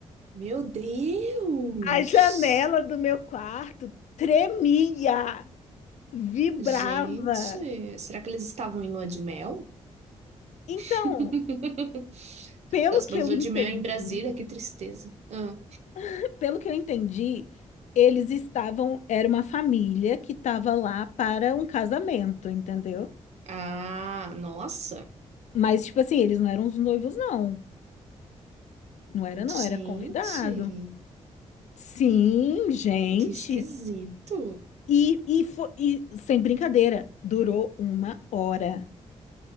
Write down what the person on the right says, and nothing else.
meu Deus!
Gente, será que eles estavam em lua de mel?
<laughs>
Nossa,
mas
lua
de mel em Brasília, que tristeza. Ah,
Ah, nossa.
Gente,
que esquisito.